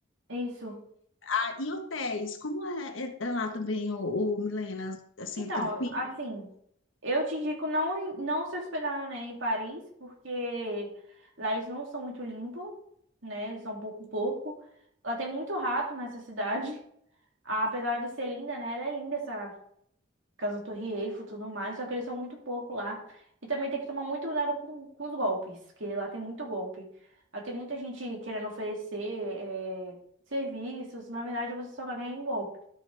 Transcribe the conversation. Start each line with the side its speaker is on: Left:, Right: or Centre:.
Right: isso.
Left: Ah, e hotéis, como é, é é lá também, o, o Milena, assim,
Right: Então,
Left: tranquilo?
Right: assim, eu te indico não, ir- não se hospedar, né, em Paris, porque lá eles não são muito limpos, né? Eles são um pouco pouco. Lá tem muito rato nessa cidade. <laughs> Apesar de ser linda, né? Ela é linda essa causa da Torre Eiffel e tudo mais, só que eles são muito porco lá. E também tem que tomar muito cuidado com, com os golpes, que lá tem muito golpe. Lá tem muita gente querendo oferecer eh, serviços, na verdade você só vai ganhar em golpe.